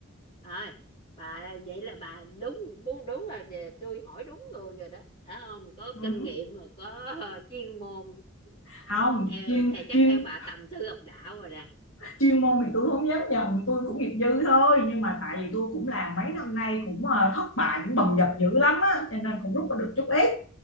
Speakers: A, on the left; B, on the left.
A: rồi bà vậy là bà đúng đúng đúng là về tôi hỏi đúng người rồi đó phải không có
B: ừ.
A: kinh nghiệm rồi có <laughs> chuyên môn
B: không
A: theo
B: chuyên
A: theo chắc
B: chuyên
A: theo bà tầm sư học đạo rồi nè
B: chuyên môn thì tôi không dám nhận tôi cũng nghiệp dư thôi nhưng mà tại vì tôi cũng làm mấy năm nay cũng ờ, thất bại cũng bầm dập dữ lắm á cho nên cũng rút ra được chút ít